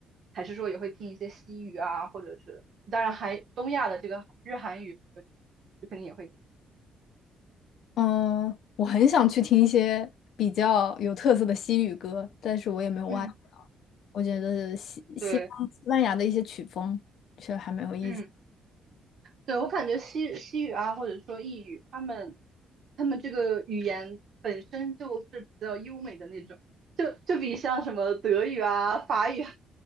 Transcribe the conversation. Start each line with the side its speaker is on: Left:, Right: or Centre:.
Right: 还是说也会听一些西语啊，或者是当然还东亚的这个日韩语，就肯定也会听。
Left: 嗯，我很想去听一些比较有特色的西语歌，但是我也没有挖掘到。
Right: 嗯，
Left: 我觉得西西方西班牙的一些曲风确实还蛮有意思。
Right: 对，嗯，对，我感觉西西语啊，或者说意语，他们他们这个语言本身就是比较优美的那种，就就比像什么德语啊、法语啊